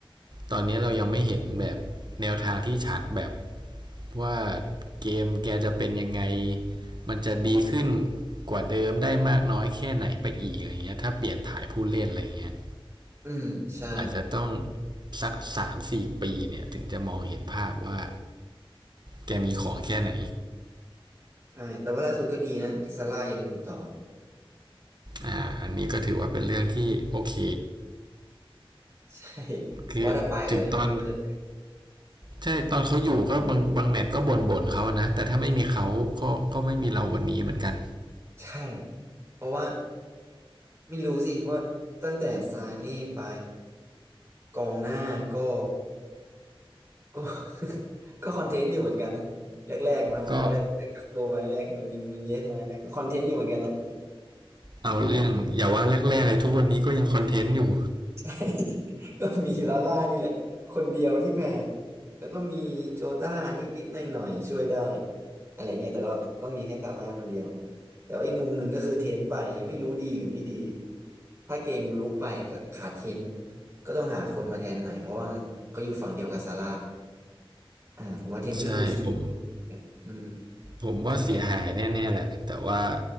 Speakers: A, on the right (about 50°); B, on the right (about 25°).
A: ตอนนี้เรายังไม่เห็นแบบแนวทางที่ชัดแบบว่าเกมแกจะเป็นยังไงมันจะดีขึ้นกว่าเดิมได้มากน้อยแค่ไหนไปอีกอะไรเงี้ยถ้าเปลี่ยนถ่ายผู้เล่นอะไรเงี้ย
B: อืมใช่
A: อาจจะต้องสักสามถึงสี่ปีเนี่ยถึงจะมองเห็นภาพว่าแกมีของแค่ไหน
B: ใช่แต่ว่าล่าสุดก็ดีนะซาร่ายังอยู่ต่อ
A: อ่าอันนี้ก็ถือว่าเป็นเรื่องที่โอเค
B: <laughs> ใช่เพราะว่าถ้าไปก็ยังไม่รู้จะ
A: คือถึงตอน ใช่ตอนเขาอยู่ก็บางบางแมตช์ก็บ่นบเขานะแต่ถ้าไม่มีเขาก็ก็ไม่มีเราวันนี้เหมือนกัน
B: ใช่ เพราะว่าไม่รู้สิ เพราะตั้งแต่ซานี่ไปกองหน้าก็ก็ <laughs> ก็คอนเทนต์อยู่เหมือนกันนะแรกๆมามาแรกๆแต่กักโบมาแรกๆนูนนูนเย็นมาเนี่ยก็คอนเทนต์อยู่เหมือนกันอะ
A: ก็เอาเรื่องอย่าว่าแรกๆเลยทุกวันนี้ก็ยังคอนเทนต์อยู่
B: ใช่ <laughs> ก็มีลาล่านี่แหละคนเดียวที่แบกแล้วก็มีโจต้านิดๆหน่อยๆช่วยได้อะไรเงี้ยแต่ก็ก็มีแค่ลาล่าคนเดียวแต่ว่าอีกมุมหนึ่งก็คือเทนไปไม่รู้ดีหรือไม่ดีถ้าเกมลุกไปก็ขาดเทนก็ต้องหาคนมาแทนใหม่เพราะว่าเขาอยู่ฝั่งเดียวกับซาร่าอ่าผมว่าเทนก็คือคีย์
A: ใช่ผม
B: อืม
A: ผมว่าเสียหายแน่ๆแหละแต่ว่า
B: ถึงแม้